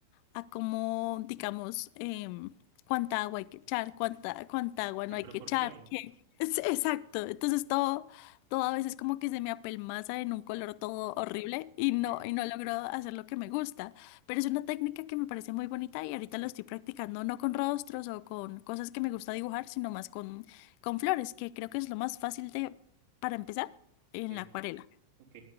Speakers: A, on the left; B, on the right.
A: a cómo, digamos, em, cuánta agua hay que echar, cuánta, cuánta agua
B: La
A: no hay
B: proporción.
A: que echar. que- es- exacto. Entonces todo, todo a veces como que se me apelmaza en un color todo horrible y
B: Ok,
A: no, y no logro hacer lo que me gusta. Pero es una técnica que me parece muy bonita y ahorita lo estoy practicando no con rostros o con cosas que me gusta dibujar, sino más con, con flores, que creo que es lo más fácil de, para empezar
B: ok.
A: en la acuarela.
B: ok.